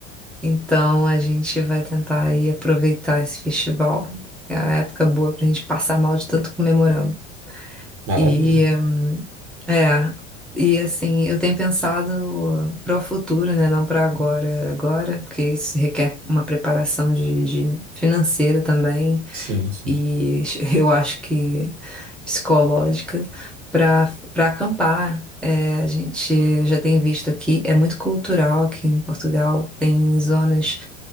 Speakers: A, in the centre; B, on the right (about 35°).
A: Então a gente vai tentar aí aproveitar esse festival. É a época boa pra gente passar mal de tanto comer morango.
B: Maravilha.
A: E é, e assim, eu tenho pensado para o futuro, né? Não para agora, agora, porque isso requer uma preparação de, de financeira também
B: Sim, sim.
A: e <laughs> eu acho que psicológica para para acampar. É, a gente já tem visto aqui, é muito cultural aqui em Portugal, tem zonas